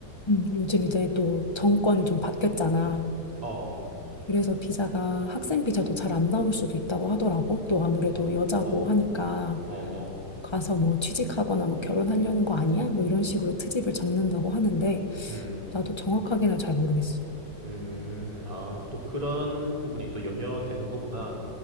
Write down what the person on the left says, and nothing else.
음, 요즘 이제 또 정권이 좀 바뀌었잖아.
그래서 비자가 학생 비자도 잘 안 나올 수도 있다고 하더라고. 또 아무래도
여자고
하니까
가서 뭐 취직하거나 뭐 결혼하려는 거 아니야? 뭐 이런 식으로 트집을 잡는다고 하는데
나도 정확하게는 잘 모르겠어.